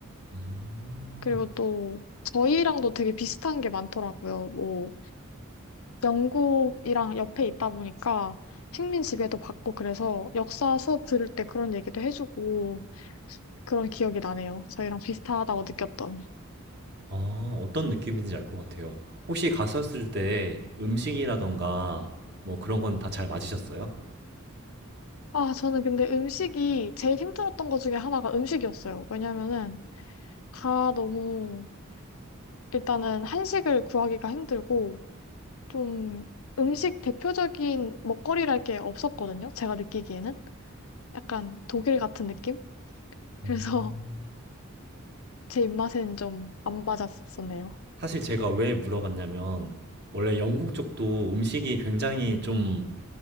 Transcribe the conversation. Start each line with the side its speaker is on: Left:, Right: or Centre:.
Right: 음.
Left: 그리고 또 저희랑도 되게 비슷한 게 많더라고요. 뭐, 영국이랑 옆에 있다 보니까 식민 지배도 받고 그래서 역사 수업 들을 때 그런 얘기도 해주고 그런 기억이 나네요. 저희랑 비슷하다고 느꼈던.
Right: 아, 어떤 느낌인지 알 것 같아요. 혹시 갔었을 때 음식이라던가 뭐 그런 건 다 잘 맞으셨어요?
Left: 아, 저는 근데 음식이 제일 힘들었던 것 중에 하나가 음식이었어요. 왜냐면은 다 너무 일단은 한식을 구하기가 힘들고 좀 음식 대표적인 먹거리랄 게 없었거든요. 제가 느끼기에는 약간 독일 같은 느낌? 그래서
Right: 음.
Left: <laughs> 제 입맛에는 좀 안 맞았었네요.
Right: 사실 제가 왜 물어봤냐면, 원래 영국 쪽도 음식이 굉장히 좀